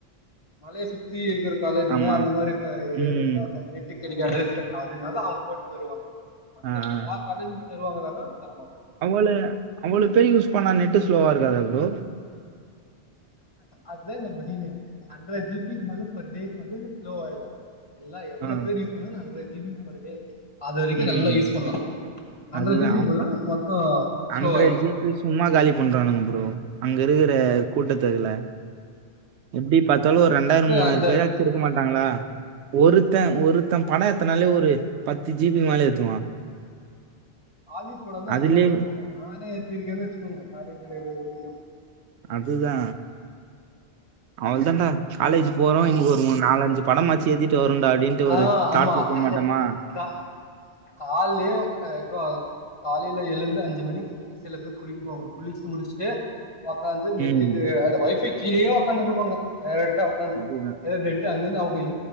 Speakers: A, on the left; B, on the right.
A: மலைய சுத்தி இருக்குற காலேஜுங்க
B: ஆமா
A: அந்தமாரி ஏரியால
B: ம்
A: எதா நெட்டு கடைக்காது ச அதனால அவுங்க போட்டு தருவாங்க மத்தக்
B: ஆ ஆ.
A: எல்லா காலேஜுல தருவங்களானா தரமாட்டாங்க
B: அவ்வள அவ்வளோ பேரு யூஸ் பண்ணா நெட்டு ஸ்லோவா இருக்காதா ப்ரோ
A: அத்தா நம்ம டீனு ஹண்ரட் ஜீபிக் மேல பர் டேக்கு வந்து ஸ்லோ ஆய்டு எல்லா எவ்வளோ
B: ஆ
A: பேர் யூஸ் பண்ணாலு ஹண்ரட் ஜீபி பர் டே அது வரிக்கு
B: ம்
A: நல்லா யூஸ் பண்லா ஹண்ட்ரட்
B: அதுதா
A: ஜீபி போனா மொத்தோ
B: ஹண்ட்ரட்
A: ஸ்லோ ஆய்டு
B: ஜிபி சும்மா காலி பண்றானுங்க ப்ரோ அங்க இருக்குற கூட்டத்துகுல எப்டி பாத்தாலு ஒரு ரெண்டாய்ரோ
A: இது
B: மூணாய்ரோ
A: அந்த
B: பேராச்சு இருக்க மாட்டாங்ளா ஒருத்த ஒருத்த படோ ஏத்தனாலே ஒரு து ஜீபிக் மேலே ஏத்துவா
A: ஆலிவுட் படோதா
B: அதுலயே
A: அந்தமாரி ஏத்துவாங்க நானே ஏத்திருக்கேன் வெச்சுக்கோங்க காலேஜுல இது வரிக்கு
B: அதுதா அவள்தான்டா காலேஜ் போறோ இன்னிக் ஒரு மூனு நாலஞ்சு படமாச்சி ஏத்திட்டு வரன்டா அப்டின்ட்டு ஒரு
A: ஆ
B: தாட்ல
A: ஆமா
B: போ மாட்டமா
A: கா கால்லயே அ இப்ப காலைல எழுந்து அஞ்சு மணிக்கு சில பேர் குளிக்க போவாங்க குளிச்சு முடிச்சுட்டு உக்காந்து நெட்டுக்கு
B: ம்
A: அந்த ஒய்ஃபை கீழயே உக்காந்துட்ருப்பாங்க டைரக்டா உக்காந்து
B: அதுதா
A: எதோ நெட் அங்கருந்து அவுங்க இ